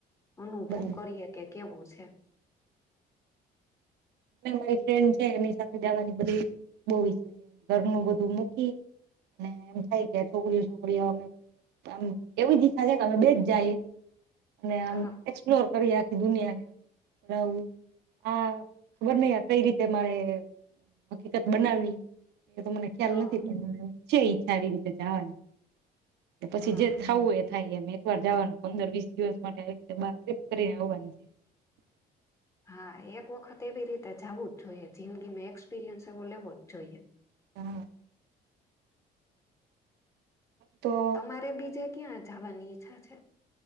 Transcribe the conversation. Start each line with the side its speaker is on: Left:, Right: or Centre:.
Left: અનુભવ
Right: બરાબર
Left: કરીએ કે કેવો છે.
Right: અને મારી ફ્રેન્ડ છે એની સાથે જવાની બધી બહુ ઈચ્છા છે ઘરનું બધું મૂકી અને એમ થાય કે છોકરીઓ છોકરીઓ અમે આમ એવી જ ઈચ્છા છે કે અમે બેજ જઈએ. અને આમ
Left: હા
Right: એક્સપ્લોર કરી આખી દુનિયાને <unintelligible> આ ખબર નહીં આ કઈ રીતે મારે હકીકત બનાવીવી એ મને ખ્યાલ
Left: હા
Right: નથી પણ છે ઈચ્છા આવી રીતે જવાની પછી
Left: હા
Right: જે
Left: હા
Right: થાવું એ થાય એ. એક વાર જાવાનું પંદર વીસ દિવસ માટે આવી રીતે બાર ટ્રેપ કરીને આવવાની છે
Left: હા એક વખત એવી રીતે જવું જ જોઈએ જિંદગીમાં એક્સપિરિયન્સ એવો લેવો જ જોઈએ.
Right: હા. તો
Left: મારે બીજે ક્યાં જવાની ઈચ્છા છે?